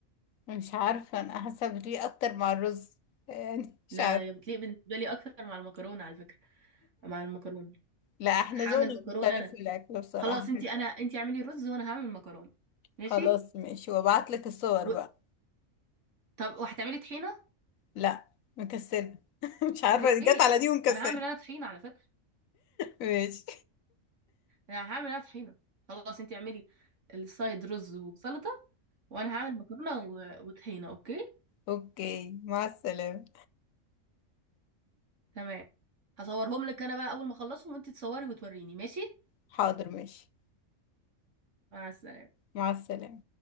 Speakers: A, on the left; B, on the right.
A: مش عارفة أنا حاسة بتليق أكتر مع الرز يعني مش
B: لا
A: عارفة
B: يا بتليق بالنسبة لي اكتر مع المكرونة على فكرة مع المكرونة
A: لا احنا
B: هعمل
A: ذوقنا
B: مكرونة
A: مختلف
B: انا
A: في الأكل بصراحة
B: خلاص انت انا انت اعملي رز وانا هعمل مكرونة ماشي
A: خلاص ماشي وابعتلك الصور
B: و...
A: بقى
B: طب وهتعملي طحينة
A: لا مكسلة <laughs> مش عارفة
B: ليه
A: جت على دي ومكسلة
B: انا هعمل انا طحينة على فكرة
A: ماشي
B: انا هعمل انا طحينة خلاص انت اعملي السايد رز وسلطة وانا هعمل مكرونة و... وطحينة اوكي
A: اوكي مع السلامة
B: تمام هصورهم لك انا بقى اول ما اخلصهم وانت تصوري وتوريني ماشي
A: حاضر ماشي
B: مع السلامة
A: مع السلامة